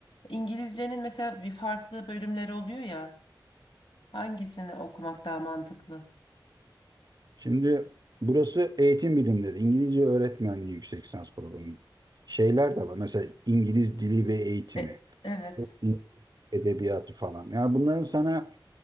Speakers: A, on the left; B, on the right.
A: İngilizcenin mesela bir farklı bölümleri oluyor ya. Hangisini okumak daha mantıklı?
B: Şimdi burası eğitim bilimleri, İngilizce öğretmenliği yüksek lisans programı. Şeyler de var. Mesela İngiliz dili ve eğitimi,
A: E, Evet.
B: İngiliz edebiyatı falan. Yani bunların sana